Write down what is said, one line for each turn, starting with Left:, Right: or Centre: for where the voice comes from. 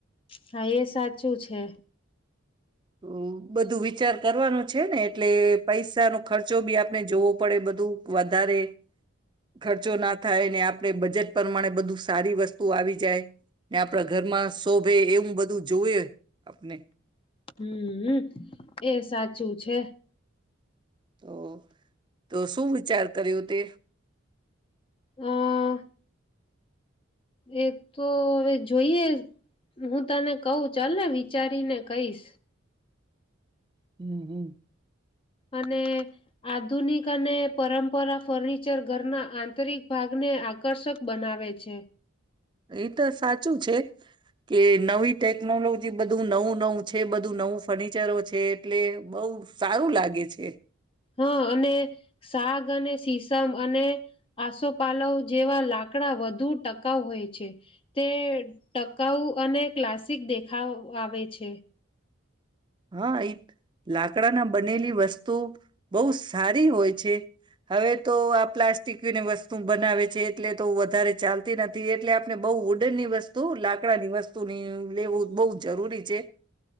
Left: હા એ સાચું છે.
Right: તો બધું વિચાર કરવાનો છે. છે ને એટલે પૈસા નું ખર્ચો બી આપણે જોવો પડે બધું વધારે ખર્ચો ના થાય ને આપ આપણે બજેટ પરમાણે બધું સારી વસ્તુ આવી જાય. ને આપડા ઘરમાં શોભે એવું બધું જોયું. અપને
Left: હમ્મ એ સાચું છે.
Right: <unintelligible> તો શું વિચાર કરયું તે?
Left: આ. એ તો હવે જોઈએ, હું તને કઉં ચાલ ને વિચારીને કહીશં.
Right: <inaudible>
Left: અને આધુનિક અને પરંપરા ફર્નિચર ઘરનાં આંતરિક ભાગને આકર્ષક બનાવે છે.
Right: એ તો સાચું છે કે નવી ટેક ટેક્નોલોજી બધું નવું નવું છે બધું નવું ફર્નિચરો છે એટલે બઉ સારું લાગે છે.
Left: હા અને શાક અને સીસમ અને આસોપાલવ જેવા લાક લાકડા વધુ ટકાઉ હોય છે તે ટકાઉ અને ક્લાસિક દેખાવ આવે છે.
Right: હા, એ લાકડા ના બનેલી વસ્તુ બઉ સારી હોય છે. <inaudible> હવે તો આ પ્લાસ <unintelligible> વસ્તુ બનાવે છે એટલે તો વધારે ચાલતી નથી એટલે આપણે બઉ વુડન નની વસ્તુ લાકડાની વસ્તુની લેવું બોઉ જરૂરી છે.